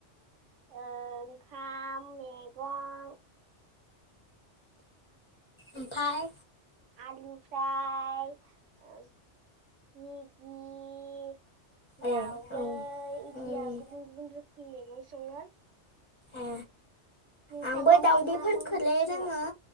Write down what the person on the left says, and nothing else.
ओमफाय?
ए
औ
उम
ए
आंबो दाउदैफोरखौलाय
रोङो